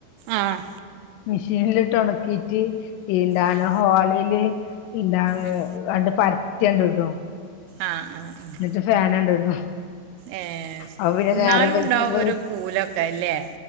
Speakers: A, on the right; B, on the left.
A: ആഹ്
B: മിഷീൻലിട്ട് ഒണക്കിട്ട് എന്താണ്
A: ഉം
B: ഹോളില് ഇന്താണ്
A: ഉം
B: ആണ്ട് പരത്തി ആണ്ട് ഇടും
A: ആഹ് ആഹ് ആഹ്
B: ഇന്നട്ട് ഫാൻ ആണ്ട് ഇടും.
A: ഏഹ് ശെരി
B: അപ്പൊ പിന്നെ
A: ഇന്നാലും
B: നേരം വെളുക്കുമ്പോ
A: ഇണ്ടാവും ഒരു പൂലൊക്കെ അല്ലേ